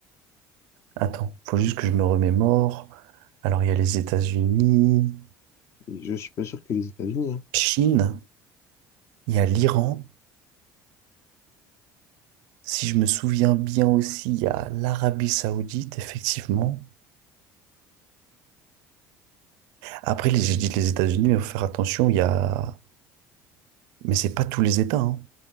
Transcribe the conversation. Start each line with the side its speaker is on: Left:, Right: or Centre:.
Right: Attends, faut juste que je me remémore. Alors, il y a les États-Unis,
Left: Et je suis pas sûr que les États-Unis. Hein.
Right: Chine, il y a l'Iran. Si je me souviens bien aussi, il y a l'Arabie Saoudite, effectivement. Après, les- j'ai dit les États-Unis, mais faut faire attention, il y a... Mais c'est pas tous les États, hein.